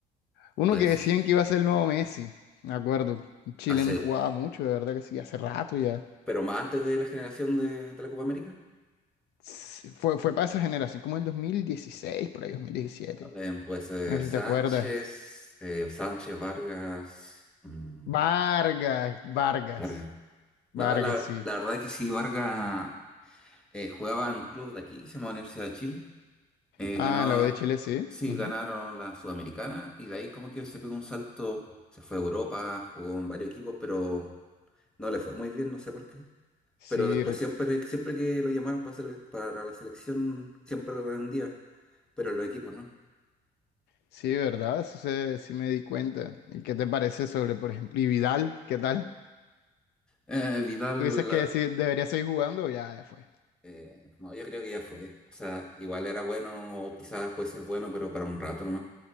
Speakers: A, on the left; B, in the centre.
A: Uno
B: pues
A: que decían que iba a ser el nuevo Messi, me acuerdo. Un chileno
B: hace,
A: y jugaba mucho, de verdad que sí, hace rato ya.
B: pero más antes de la generación de, de la Copa América.
A: Sí, Fue, fue para esa generación, como el 2016, por ahí 2017.
B: También puede ser
A: No sé
B: Sánchez,
A: si te acuerdas.
B: eh, Sánchez Vargas, mm,
A: Vargas, Vargas,
B: Vargas. No,
A: Vargas,
B: la,
A: sí.
B: la verdad que sí, Vargas eh, jugaba en un club de aquí, que se llama Universidad de Chile. Eh,
A: Ah,
B: ganaba,
A: en la U de Chile, sí.
B: sí,
A: ujú.
B: ganaron la Sudamericana y de ahí como que se pegó un salto, se fue a Europa, jugó en varios equipos, pero no le fue muy bien, no sé por qué.
A: Sí,
B: Pero después
A: r-
B: siempre, siempre que lo llamaron para, sele- para la selección, siempre rendía, pero los equipos no.
A: sí, ¿verdad? Eso se- sí me di cuenta. ¿Y qué te parece sobre, por ejemplo, y Vidal? ¿Qué tal?
B: Eh, Vidal,
A: ¿Tú dices que
B: la,
A: sí, debería seguir jugando? Ya, ya fue.
B: Eh, no, yo creo que ya fue. O sea, igual era bueno, o quizás puede ser bueno, pero para un rato nomás.